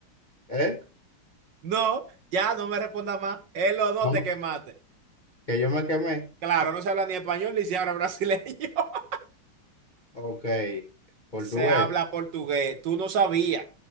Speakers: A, on the left (about 30°); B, on the right (about 60°).
A: ¿Eh?
B: No, ya no me responda más. Es los dos
A: No,
B: te quemaste.
A: que yo me quemé.
B: Claro, no se habla ni español ni se habla brasileño. <laughs>
A: Ok, portugués.
B: Se habla portugués. Tú no sabías.